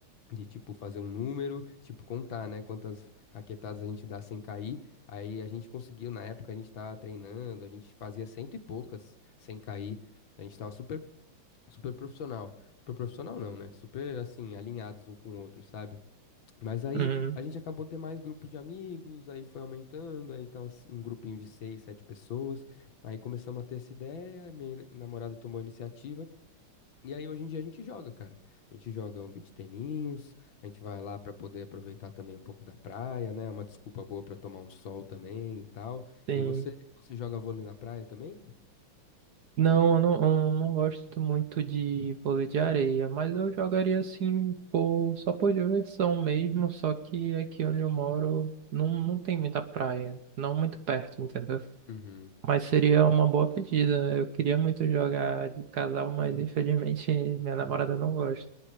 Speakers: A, on the left; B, on the right.
A: De, tipo, fazer um número, tipo, contar, né? Quantas raquetadas a gente dá sem cair. Aí a gente conseguiu, na época a gente tava treinando, a gente fazia cento e poucas sem cair. A gente tava super, super profissional. Super profissional não, né? Super, assim, alinhados um com o outro, sabe? Mas aí
B: Uhum.
A: a gente acabou ter mais grupos de amigos, aí foi aumentando, aí tava s- um grupinho de seis, sete pessoas. Aí começamos a ter essa ideia, minha namorada tomou a iniciativa. E aí hoje em dia a gente joga, cara. A gente joga um beach teninhos, a gente vai lá pra poder aproveitar também um pouco da praia, né? É Uma desculpa boa pra tomar um sol também e tal.
B: Sim.
A: E você, você joga vôlei na praia também?
B: Não, eu não, eu não gosto muito de vôlei de areia, mas eu jogaria assim por, só por diversão mesmo, só que aqui onde eu moro não, não tem muita praia, não muito perto, entendeu?
A: Uhum.
B: Mas seria uma boa pedida. Eu queria muito jogar de casal, mas infelizmente minha namorada não gosta.